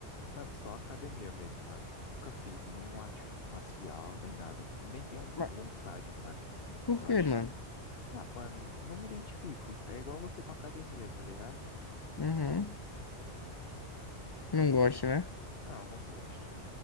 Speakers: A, on the left; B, on the left.
A: Mano, só academia mesmo, mano. Nunca fiz nenhum arte marcial, nem nada. E nem tenho
B: Mas
A: vontade, mano.
B: Por
A: Eu
B: quê,
A: acho.
B: mano?
A: Ah, mano, não me identifico. É igual você com academia, tá ligado?
B: Uhum. Não gosto, né?
A: Não, não gosto.